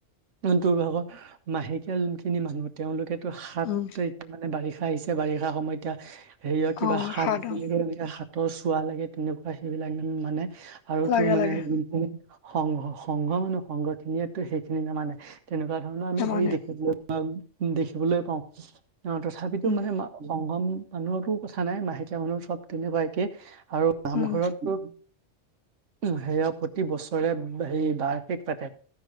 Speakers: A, on the right; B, on the left.
A: ন্তোৰ ভাগৰ মাহেকীয়া যোনখিনি মানুহ তেওঁলোকে টো সাত
B: উম
A: তাৰিখে মানে বাৰিষা আহিছে বাৰিষা সময় এতিয়া হেৰিয় কিবা
B: অ
A: হাত
B: সাত অ
A: এনে হাতৰ চোৱা লাগে তেনেকুৱা সেইবিলাক এক মানে আৰু
B: লাগে
A: তোৰ মানে
B: লাগে
A: যোনখন সংঘ সংঘ মানুহ সংঘ খিনিয়ো সেইখিনি নামানে তেনেকুৱা ধৰণৰ আমি
B: সমানে
A: হেৰি দেখিলোঁ। উ দেখিবলৈ পাওঁ অ তথাপিতো
B: উম
A: মানে সংগম মানুহৰো কথা নাই মাহেকীয়া মানুহৰ চব তেনেকুৱা একে আৰু নামঘৰতো
B: উম
A: উম সেয়া প্ৰতি বছৰে সে বাৰ্ষিক পাতে।